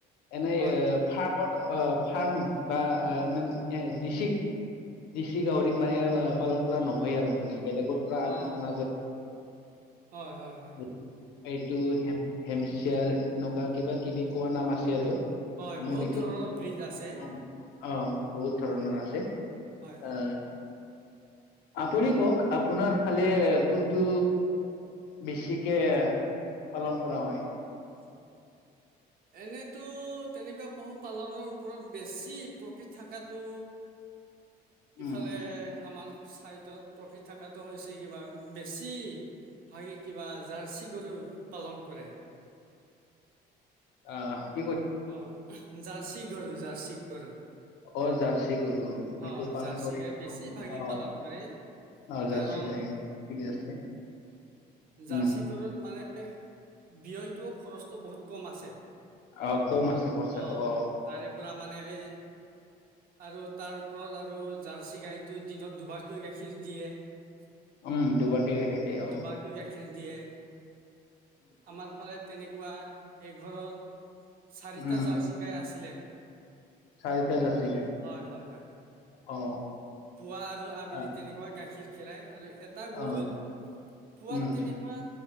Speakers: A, on the left; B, on the right.
A: এনেই
B: হয়
A: এ
B: হয়
A: ফাৰ্মৰ অ ফাৰ্ম বা মান ডিচিক নিচি গাহৰিক মানে পালন কৰা নহয় আৰু মানে। বেলেগৰ পৰা
B: অ
A: আনা আনা
B: অ
A: যায়।
B: হয় হয় হয়
A: এইটো হেমচিয়াৰ এনেকুৱা কিবা কিবি কোৱা নাম আছে আৰু।
B: হয়
A: আমি
B: বহুত
A: বিশেষ
B: ধৰণৰ ব্ৰীজ আছে
A: অ অ বহুত ধৰণৰ আছে।
B: হয় হয়।
A: আহ আপুনি কওক আপোনাৰ ফালে কোনটো বেছিকে পালন কৰা হয়?
B: অ। এনেতো তেনেকুৱা পশুপালনৰ ওপৰত বেছি প্ৰফিট থাকাটো
A: উম
B: ইফালে আমাৰ চাইটত প্ৰফিট থাকাটো হৈছে কিবা বেছি ভাগি কিবা জাৰ্চি গৰু পালন কৰে।
A: অহ।
B: অ। জাৰ্চি গৰু জাৰ্চি গৰু।
A: অ জাৰ্চি গৰু
B: হ
A: এইটো পালন
B: জাৰ্চি
A: কৰি
B: গাই বেছি ভাগি
A: অ
B: পালন কৰে।
A: অ জাৰ্চি
B: কাৰণ
A: গাই ঠিকে আছে
B: জাৰ্চি
A: উম
B: গৰুৰ মানে ব্যয়টো খৰচটো বহুত কম আছে।
A: অ কম আছে খৰচাটো
B: অহ
A: অ
B: তাৰে পৰা মানে এই আৰু তাৰ ওপৰত আৰু জাৰ্চি গাইটো দিনত দুবাৰকৈ গাখীৰ দিয়ে।
A: উম দুবাৰকে গাখীৰ দিয়ে। অহ।
B: দুবাৰকৈ গাখীৰ দিয়ে। আমাৰ ফালে তেনেকুৱা এঘৰত চাৰিটা
A: উম
B: জাৰ্চি গাই আছিলে।
A: চাৰিটা জাৰ্চি গাই
B: হয় হয় হয়।
A: অ
B: পুৱা আৰু আবেলি
A: আ-
B: তেনেকুৱা গাখীৰ খেৰাই আৰু এটা গৰুত
A: অ
B: পোৱাত
A: উম
B: তেনেকুৱা